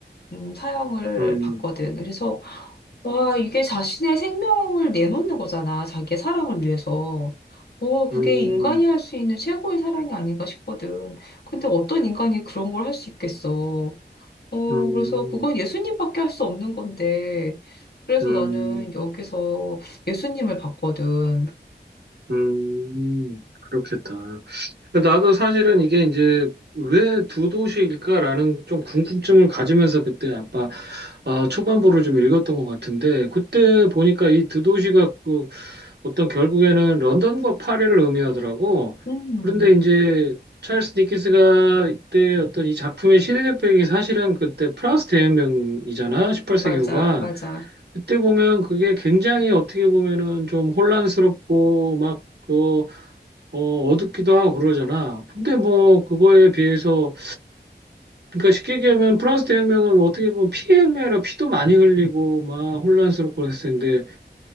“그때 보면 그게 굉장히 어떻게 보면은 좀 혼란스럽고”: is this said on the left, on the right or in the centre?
Right